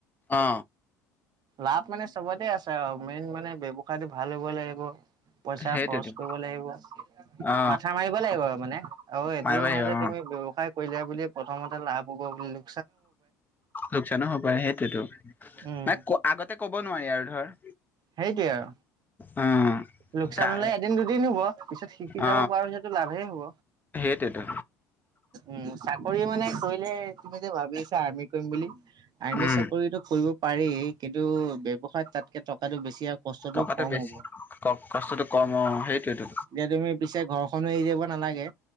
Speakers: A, on the left; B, on the right.
A: অ
B: লাভ মানে চবতে আছে আৰু মেইন মানে ব্য্ৱসায়টো ভাল হ'ব লাগিব পইচা
A: সেইটোতো
B: খৰচ কৰিব লাগিব
A: অ
B: মাথা মাৰিব লাগিব মানে। অ' এইটোও
A: মাৰিব লাগিব
B: নহয় যে
A: অ
B: তুমি িয়া বুল প্ৰথমতে লাভ হ'ব বুলিুলো
A: লোকচানো হ'ব পাৰে সেইটোতো মানে
B: উম
A: আগতে কব নোৱাৰি আৰু ধৰ
B: সেইটোৱে আৰু
A: অ'।
B: লোকচান
A: কা
B: হলে এদিন দুদিন হব পিছত শিকি
A: অ
B: যাব পাৰ পিছতো লাভেই হব
A: সেইটোৱেতো
B: উম চাকৰি মানে কৈলেে তুমি যে ভাবি আছা আৰ্মি কৰিম বুলি আৰ্মি
A: উম
B: চাকৰিতটো কৰিব পাৰি কিন্তু ব্যৱসায়ত তাতকে টকাটো বেছি আৰু কষ্টতটো
A: টকাটো
B: কম
A: বেছি
B: হ'ব
A: ক কষ্টটো কম অ সেইটোৱেতো
B: এতিয়া তুমি পিছেছে ঘৰখনো এৰি যাব নালাগে